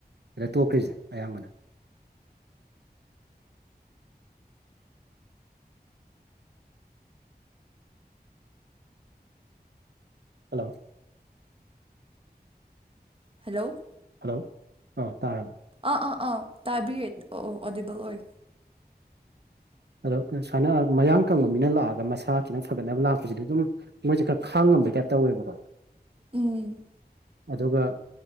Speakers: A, on the right (about 80°); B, on the right (about 35°).
A: ꯁꯤꯗ ꯇꯣꯛꯈ꯭ꯔꯤꯁꯦ ꯑꯌꯥꯝꯕꯅ꯫ ꯍꯜꯂꯣ꯫
B: ꯍꯜꯂꯣ꯫
A: ꯍꯜꯂꯣ ꯑꯥ ꯇꯥꯔꯕ꯫
B: ꯑꯥ ꯑꯥ ꯑꯥ ꯇꯥꯕꯤꯌꯦ ꯑꯣ ꯑ ꯑꯣꯗꯤꯕꯜ ꯑꯣꯏ꯫
A: ꯑꯗꯣ ꯁꯨꯃꯥꯏꯅ ꯃꯌꯥꯡ ꯀꯪꯕ ꯃꯤꯅ ꯂꯥꯛꯑꯒ ꯃꯁꯥ ꯈꯤꯇꯪ ꯐꯒꯠꯅꯕ ꯂꯥꯛꯄꯁꯤꯗꯤ ꯑꯗꯨꯝ꯫ ꯃꯣꯏꯁꯦ ꯈꯔ ꯈꯥꯡꯉꯝꯕꯩꯇꯥꯏꯞ ꯇꯧꯋꯦꯕꯀꯣ꯫
B: ꯎꯝ꯫
A: ꯑꯗꯨꯒ